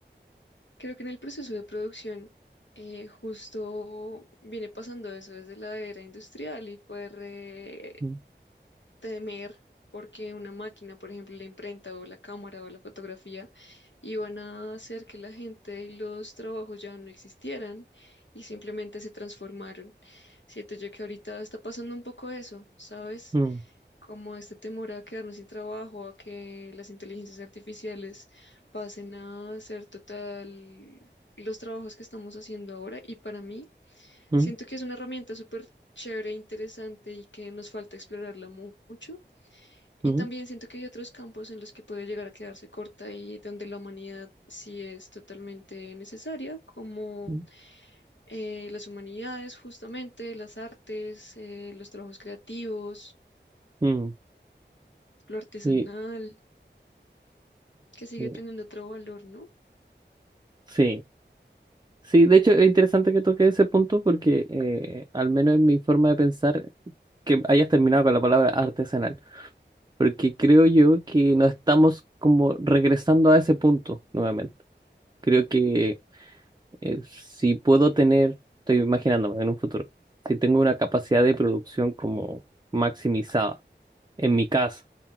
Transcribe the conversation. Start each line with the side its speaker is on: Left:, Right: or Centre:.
Left: Creo que en el proceso de producción eh, justo viene pasando eso desde la era industrial y fue re-
Right: Mm,
Left: temer porque una máquina, por ejemplo, la imprenta o la cámara o la fotografía, iban a hacer que la gente y los trabajos ya no existieran y simplemente se transformaron. Siento yo que ahorita está pasando un poco eso, ¿sabes?
Right: mm,
Left: como este temor a quedarnos sin trabajo, a que las inteligencias artificiales pasen a hacer total los trabajos que estamos haciendo ahora. Y para mí,
Right: mm,
Left: siento que es una herramienta súper chévere, e interesante y que nos falta explorarla mu- mucho. Y
Right: mm,
Left: también siento que hay otros campos en los que puede llegar a quedarse corta y donde la humanidad sí es totalmente necesaria, como
Right: mm,
Left: eh, las humanidades, justamente, las artes, eh, los trabajos creativos,
Right: mm.
Left: lo artesanal.
Right: Sí,
Left: que sigue
Right: sí,
Left: teniendo otro valor, ¿no?
Right: sí. Sí, de hecho es interesante que toque ese punto porque eh, al menos en mi forma de pensar, que hayas terminado con la palabra artesanal. porque creo yo que no estamos como regresando a ese punto nuevamente. Creo que eh, si puedo tener, estoy imaginándome en un futuro, si tengo una capacidad de producción como maximizada en mi casa,